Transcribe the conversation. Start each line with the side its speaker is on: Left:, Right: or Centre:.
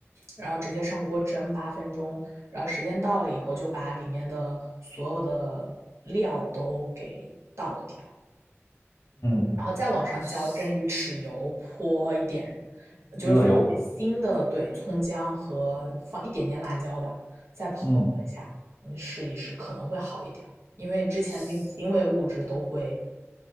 Right: 然后直接上锅蒸八分钟，然后时间到了以后，就把里面的所有的料都给倒掉，
Left: 嗯，
Right: 然后再往上浇蒸鱼豉油，
Left: 西
Right: 泼一点，
Left: 热油，
Right: 就是放一点新的，对，葱姜和放一点点辣椒吧，再泼一下，
Left: 嗯，
Right: 你试一试可能会好一点儿因为之前那个腥味物质都会
Left: 西